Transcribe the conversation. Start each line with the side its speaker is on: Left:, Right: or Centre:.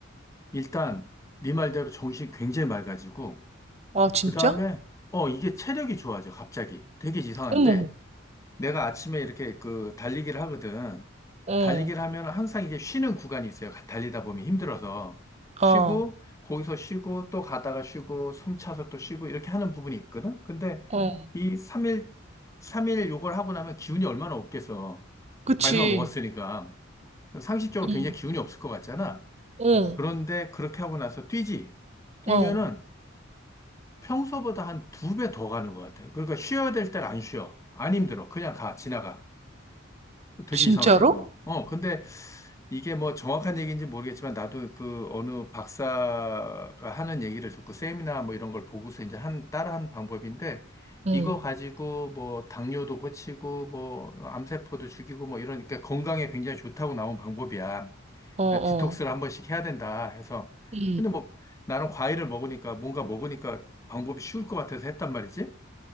Left: 일단 네 말대로 정신이 굉장히 맑아지고
Right: 아, 진짜?
Left: 그 다음에 어 이게 체력이 좋아져 갑자기 되게 이상한데
Right: 어머,
Left: 내가 아침에 이렇게 그 달리기를 하거든
Right: 어,
Left: 달리기를 하면 항상 이게 쉬는 구간이 있어요 가- 달리다 보면 힘들어서 쉬고
Right: 아, 어,
Left: 거기서 쉬고 또 가다가 쉬고 숨 차서 또 쉬고 이렇게 하는 부분이 있거든 근데
Right: 음,
Left: 이 3일 삼일 요걸 하고 나면 기운이 얼마나 없겠어
Right: 그치.
Left: 과일만 먹었으니까 상식적으로
Right: 응
Left: 굉장히 기운이 없을 것 같잖아
Right: 어,
Left: 그런데 그렇게 하고 나서 뛰지. 뛰면은
Right: 어,
Left: 평소보다 한 두 배 더 가는 것 같아. 그러니까 쉬어야 될 때를 안 쉬어. 안 힘들어. 그냥 가, 지나가. 되게
Right: 진짜로?
Left: 이상하더라고. 어, 근데 이게 뭐 정확한 얘기인지 모르겠지만 나도 그 어느 박사가 하는 얘기를 듣고 세미나 뭐 이런 걸 보고서 이제 한, 따라한 방법인데
Right: 응
Left: 이거 가지고 뭐 당뇨도 고치고 뭐 암세포도 죽이고 뭐 이러니까 건강에 굉장히 좋다고 나온 방법이야.
Right: 어, 어,
Left: 그냥 디톡스를 한 번씩 해야 된다 해서.
Right: 응
Left: 근데 뭐 나는 과일을 먹으니까 뭔가 먹으니까 방법이 쉬울 것 같아서 했단 말이지.